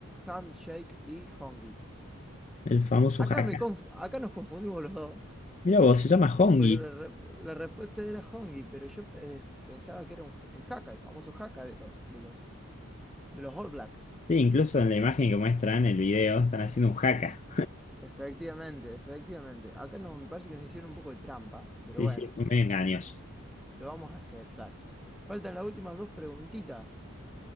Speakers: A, in the centre; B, on the left.
A: Handshake y Hongi.
B: El famoso
A: Acá,
B: haka.
A: me conf- acá nos confundimos los dos
B: Mira vos, se llama Hongi.
A: porque la, re- la respuesta era Hongi, pero yo eh, pensaba que era un j- el Haka, el famoso Haka de los, de los, de los All Blacks.
B: Sí, incluso en la imagen que muestran, en el video, están haciendo un haka.
A: Efectivamente, efectivamente. Acá nos, me parece que nos hicieron un poco de trampa, pero
B: Sí,
A: bueno,
B: sí, fue medio engañoso.
A: lo vamos a aceptar. Faltan las últimas dos preguntitas.